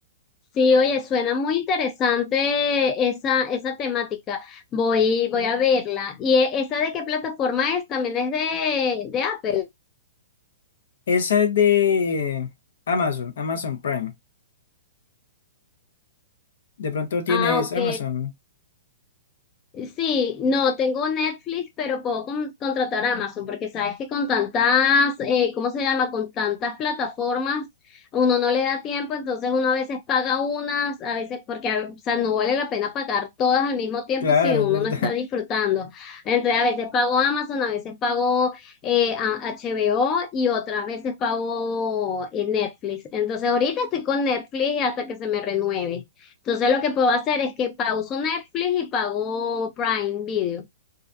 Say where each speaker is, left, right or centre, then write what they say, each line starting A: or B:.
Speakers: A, on the left; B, on the left.
A: Sí, oye, suena muy interesante esa, esa temática. Voy, voy a verla. ¿Y e- esa de qué plataforma es? También es de, de Apple.
B: <laughs> Esa es de Amazon, Amazon Prime. De pronto tienes
A: Ah, ok.
B: Amazon,
A: Sí, no, tengo Netflix, pero puedo con- contratar Amazon, porque sabes que con tantas, eh, ¿cómo se llama? Con tantas plataformas, uno no le da tiempo, entonces uno a veces paga unas, a veces, porque, a- o sea, no vale la pena pagar todas al mismo tiempo
B: claro,
A: si uno
B: es verdad.
A: no está disfrutando. Entonces, a veces pago Amazon, a veces pago eh, a- HBO y otras veces pago eh, Netflix. Entonces, ahorita estoy con Netflix hasta que se me renueve. Entonces lo que puedo hacer es que pauso Netflix y pago Prime Video.